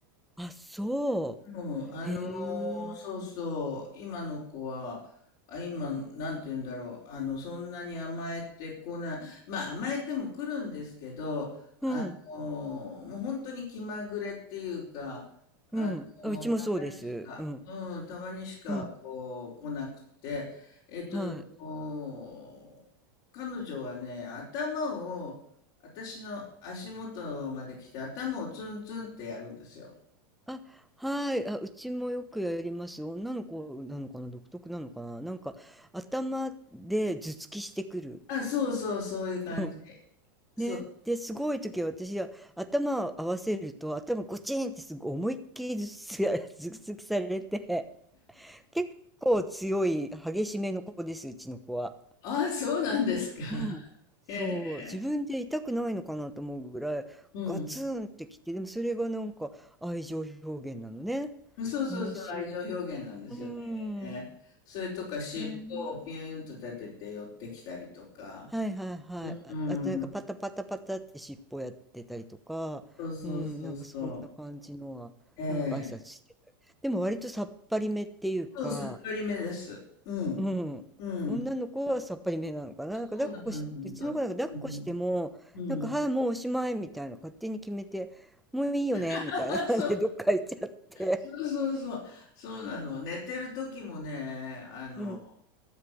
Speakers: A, in the centre; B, on the left.
A: あ、そ
B: もう、あのーそうそう、
A: う。へえ。
B: 今の子は、あ、今、なんて言うんだろう、あの、そんなに甘えてこない、まあ、甘えても来るんですけど、あのーもう本当に気まぐれっていうか、
A: うん、
B: あのーたまにしか、
A: うん。あうちもそうです。うん、
B: うん、たまにしか、
A: うん。
B: こう、来なくて、えっと、
A: はい。
B: お彼女はね、頭を、私の足元まで来て、頭をツンツンってやるんですよ。
A: あ、はい。あ、うちもよくやります。女の子なのかな独特なのかななんか、頭で頭突きしてくる。
B: あ、そうそう、そういう感じで。
A: うん。
B: そう。
A: ね。で、すごい時は私は頭を合わせると、頭ゴチンってすごい思いっきり頭突き <laughs>、頭突きされて、結構強い、激しめの子です、うちの子は。
B: あ、そうなんですか。<laughs>
A: うん。そう。
B: ええ。
A: 自分で痛くないのかなと思うぐらい、
B: うん。
A: ガツンってきて、でもそれがなんか愛情表現なのね。
B: そうそうそう、
A: 面白い。
B: 愛情表現なんですよね。
A: うん。
B: れねそれとか、尻尾をピューンと立てて寄ってきたりとか。
A: えーはいはいはい。
B: うん。
A: あ、あとなんかパタパタパタって尻尾やってたりとか、
B: そうそうそうそ
A: うん、なんかそんな感じのは、
B: う。ええ。
A: なんか挨拶してたり。でも割とさっぱりめっていうか、
B: そう、さっぱりめです。うん。
A: うん、
B: うん。
A: 女の子はさっぱりめなのかな。
B: そうなんだ。
A: なんか抱っこし、うちの子なんか抱っこしても、
B: うん。うん。
A: なんかはい、もうおしまいみたいな勝手に決めて、もういいよねみたいな感じでどっか行っちゃって。
B: <laughs> そうそうそうそう。そうなの。寝てる時もね、あの、
A: うん、